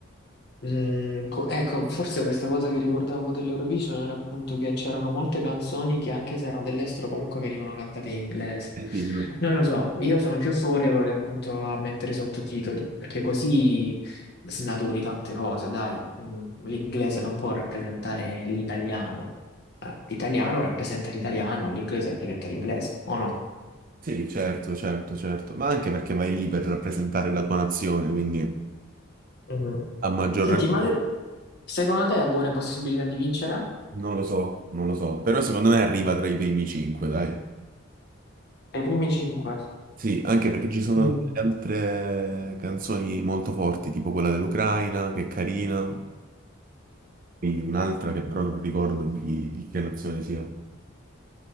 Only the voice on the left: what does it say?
Mm, co- ecco, forse questa cosa che ricordavo dell'Eurovision era appunto che c'erano molte canzoni che anche se erano dell'estero comunque venivano cantate in inglese.
Non lo so, io sono più favorevole appunto a mettere i sottotitoli, perché così snaturi tante cose, dai. Mm, L'inglese non può rappresentare l'italiano. Eh, L'italiano rappresenta l'italiano, l'inglese rappresenta l'inglese, o no?
Mm.
Senti,
ma se- secondo te ha buone possibilità di vincere?
Ai primi cinque.
Mm.